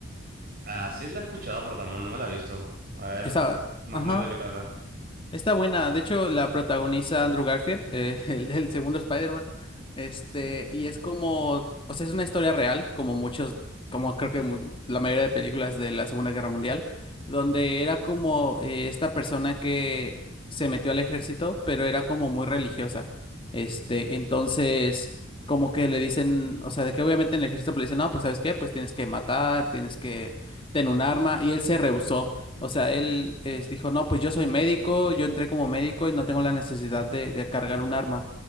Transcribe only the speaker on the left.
Está,
ajá.
Está buena, de hecho la protagoniza Andrew Garfield, eh, <laughs> el, el segundo Spider-Man, este, y es como, o sea, es una historia real, como muchos, como creo que mu- la mayoría de películas de la Segunda Guerra Mundial, donde era como eh, esta persona que se metió al ejército, pero era como muy religiosa, este, entonces, como que le dicen, o sea, de que obviamente en el ejército le dicen, no, pues ¿sabes qué? Pues tienes que matar, tienes que tener un arma, y él se rehusó. O sea, él es- dijo, no, pues yo soy médico, yo entré como médico y no tengo la necesidad de, de cargar un arma.